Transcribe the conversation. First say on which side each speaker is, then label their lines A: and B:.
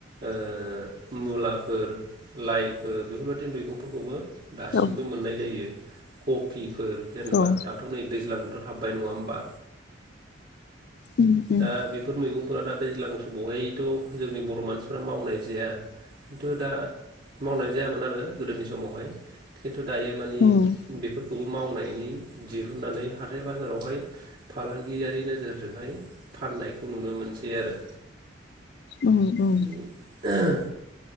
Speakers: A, on the right (about 50°); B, on the left (about 55°).
A: ओ मुला फोर लाइफोर बेफोरबायदि मैगंफोरखौबो दासिमबो
B: औ
A: मोननाय जायो। कफिफोर जेनेबा
B: औ
A: दाथ' नै दैज्लां बोथोर हाबबाय नङा होमबा?
B: उम उम
A: दा बेफोर मैगंफोरा दा दैज्लां समावहायथ' जोंनि बर' मानसिफ्रा मावनाय जाया खिन्थु दा मावनाय जायामोन आरो गोदोनि समावहाय थ' दायो मानि
B: उम
A: बेफोर खौबो मावनायनि दिहुननानै हाथाय बाजारावहाय फालांगियारि नोजोरजोंहाय फाननायखौ नुनो मोनसै आरो।
B: उम उम
A: माने